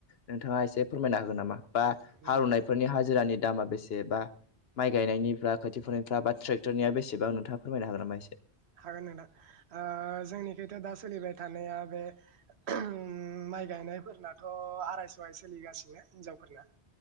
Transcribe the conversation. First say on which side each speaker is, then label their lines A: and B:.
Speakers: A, on the left; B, on the right.
A: नोंथाङा एसे फोरमायना होगोन नामा? बा हालौनायफोरनि
B: उम
A: हाजिरानि दामा बेसे बा माइ गायनायनिफ्रा खोथिफोनायफ्रा बा ट्रेक्टरनिया बेसेबां नोंथाङा फोरमायनो हागोन नामा एसे?
B: हागोन नोंथां ओ जोंनिखैथ दा सोलिबाय थानाया बे ओ माइ गायनायफोरनाथ आरायसयानो सोलिगासिनो हिनजावफोरना।